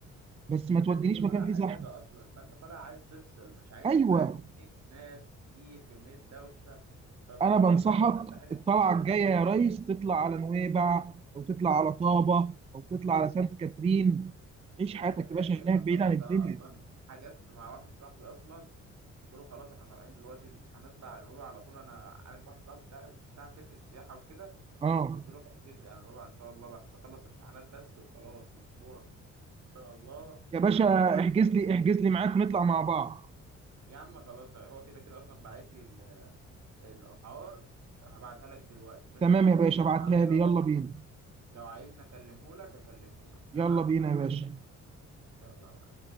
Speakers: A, on the right; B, on the right.
A: بس
B: بالذات
A: ما تودينيش
B: انت طالع
A: مكان فيه زحمه
B: اجازه اصلا فانت طالع عايز تفصل مش عايز
A: ايوه
B: بقى كميه ناس كتير كميه دوشه فالموضوع
A: انا بنصحك
B: ما بيبقاش ألذ حاجه
A: الطلعه
B: في الاجازات
A: الجايه يا ريس تطلع على نويبع او تطلع على طابه او تطلع على سانت كاترين عيش
B: يا
A: حياتك
B: باشا
A: يا
B: هي
A: باشا
B: نويبع
A: هناك بعيد
B: خلاص
A: عن الدنيا
B: انا اصلا حجزت مع واحد صاحبي اصلا قلت له خلاص احنا طالعين دلوقتي هنطلع على نويبع على طول انا عارف واحد صاحبي بتاع بتاع شركة سياحة وكده
A: اه
B: قلت له هتجيب لي على نويبع ان شاء الله بس اخلص امتحانات بس وخلاص اسبوع ان شاء الله
A: يا باشا
B: على نويبع
A: احجز لي احجز لي معاك ونطلع مع بعض
B: يا عم خلاص هو كده كده اصلا باعت لي ال- الاسعار هبعتها لك دلوقتي ماشي
A: تمام
B: وترد
A: يا باشا ابعتها
B: عليا
A: لي
B: لو
A: يلا بينا
B: لو عايزني اكلمه لك اكلمه لك
A: يلا
B: تمام
A: بينا يا باشا
B: يلا معاك